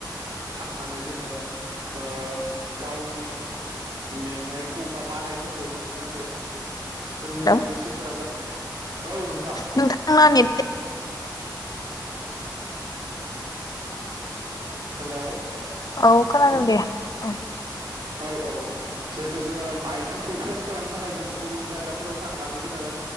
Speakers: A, on the right (about 75°); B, on the left (about 55°).
A: थांनानै जोङो ओ गावनि मेंनायखौ बा बानायफोरखौ जों जाहाथे जोंनि
B: हेल'
A: गोसोफोरा जाहे औ नोंथां।
B: नोंथांना नेट
A: हेल'
B: औ खोनादों दे। औ
A: औ-औ जिहेथु जोङो माइन्डफोरखौ फ्रेस खालामनो थाखाय जों गुबुन जायगाफोराव थांनानै जोङो